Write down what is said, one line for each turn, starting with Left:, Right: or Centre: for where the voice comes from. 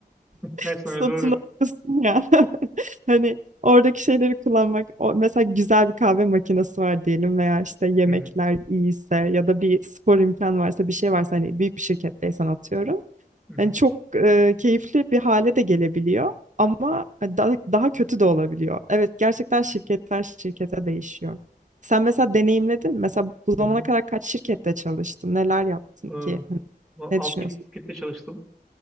Right: <laughs>
Centre: Her sene
Right: satın
Centre: doğru.
Right: alıyorsun ya. <laughs> Hani oradaki şeyleri kullanmak, o, mesela güzel bir kahve makinesi var diyelim veya işte yemekler
Centre: Hı hı.
Right: iyiyse ya da bir spor imkanı varsa, bir şey varsa hani büyük bir şirketteysen atıyorum.
Centre: Hı hı.
Right: Yani çok e, keyifli bir hale de gelebiliyor ama e, da- daha kötü de olabiliyor. Evet gerçekten şirketler şirkete değişiyor. Sen mesela deneyimledin mi? Mesela bu
Centre: Hı
Right: zamana
Centre: hı.
Right: kadar kaç şirkette çalıştın? Neler yaptın
Centre: Ee,
Right: ki? Hani
Centre: bu
Right: Ne
Centre: 6-7
Right: düşünüyorsun?
Centre: şirkette çalıştım.